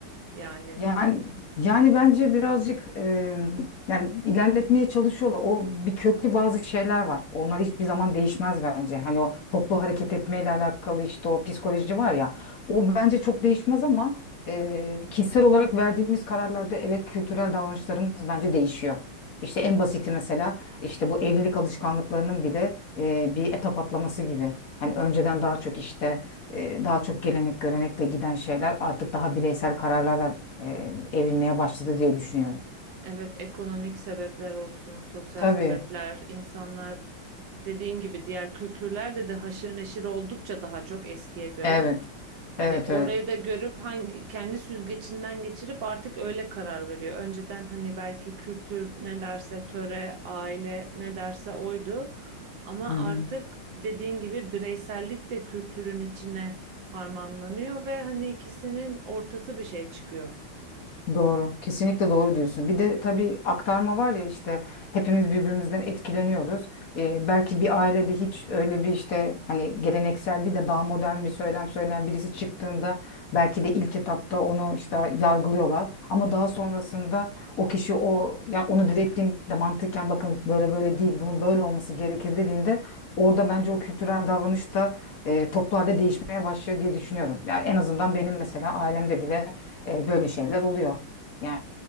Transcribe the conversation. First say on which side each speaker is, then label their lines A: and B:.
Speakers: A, on the right; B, on the left.
A: Yani
B: Yani yani bence birazcık eee, yani ilerletmeye çalışıyorlar. O bir köklü bazı şeyler var. Onlar hiçbir zaman değişmez bence. Hani o toplu hareket etmeyle alakalı işte o psikoloji var ya. O bence çok değişmez ama eee kişisel olarak verdiğimiz kararlarda evet kültürel davranışlarımız bence değişiyor. İşte en basiti mesela işte bu evlilik alışkanlıklarının bile eee, bir etap atlaması gibi. Hani önceden daha çok işte e, daha çok gelenek görenekle giden şeyler artık daha bireysel kararlarla e, evrilmeye başladı diye düşünüyorum.
A: Evet, ekonomik sebepler olsun, sosyal
B: Tabii.
A: sebepler, insanlar dediğin gibi diğer kültürlerle de haşır neşir oldukça daha çok eskiye göre.
B: Evet.
A: Hani
B: Evet
A: orayı
B: evet.
A: da görüp hangi kendi süzgecinden geçirip artık öyle karar veriyor. Önceden hani belki kültür ne derse, töre, aile ne derse oydu. Ama
B: Hı hı.
A: artık dediğin gibi bireysellik de kültürün içine harmanlanıyor ve hani ikisinin ortası bir şey çıkıyor.
B: Doğru. Kesinlikle doğru diyorsun. Bir de tabii aktarma var ya işte hepimiz birbirimizden etkileniyoruz. Ee, belki bir ailede hiç öyle bir işte hani geleneksel değil de daha modern bir söylem söyleyen birisi çıktığında belki de ilk etapta onu işte yargılıyorlar. Ama daha sonrasında o kişi o yani onu direttiğinde mantıken bakın böyle böyle değil bunun böyle olması gerekir dediğinde orada bence o kültürel davranış da e, toplu değişmeye başlıyor diye düşünüyorum. Yani en azından benim mesela ailemde bile e, böyle şeyler oluyor. Yani